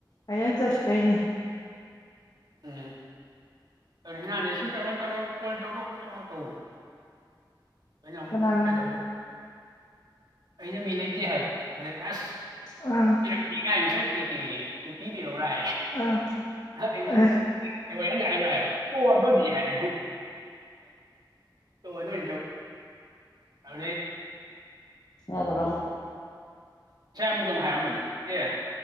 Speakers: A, on the left; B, on the right.
A: ꯑꯩꯅ ꯆꯠꯇꯣꯏꯅꯦ
B: ꯎꯝ ꯑꯗꯨ ꯏꯍꯥꯟꯗ ꯁꯤ ꯇꯧꯔꯣ ꯇꯧꯔꯣ ꯀꯣꯜ ꯇꯧꯔꯣ ꯀꯣꯜ ꯇꯧꯔꯣ ꯇꯧꯕꯅꯦ ꯑꯩꯅ ꯑꯃꯨꯛ
A: ꯀꯅꯥꯅ
B: ꯀꯩꯇꯧꯗꯕ ꯑꯩꯅ ꯃꯤ ꯂꯩꯇꯦ ꯍꯥꯏꯕ ꯑꯗꯩ ꯑꯁ
A: ꯑꯥ
B: ꯄꯤꯔꯛꯀꯦꯒꯥꯏ ꯉꯁꯥꯏ ꯄꯤꯒꯦ ꯑꯗꯨ ꯄꯤꯕꯤꯔꯎꯔꯥꯏ
A: ꯑꯥ
B: ꯑꯩꯅ
A: ꯑꯥ
B: ꯑꯩ ꯋꯥ ꯉ ꯍꯥꯏꯔ ꯍꯥꯏꯕ ꯑꯣ ꯑꯗꯨ ꯑꯣꯏꯗꯤ ꯍꯥꯏ ꯇꯣ ꯑꯇꯦ ꯑꯅꯦ
A: ꯏꯗ
B: ꯉꯁꯥꯏ ꯑꯃꯨꯛꯁꯨ ꯑꯃꯨꯛ ꯍꯥꯏꯔꯃꯅꯤ ꯑꯦ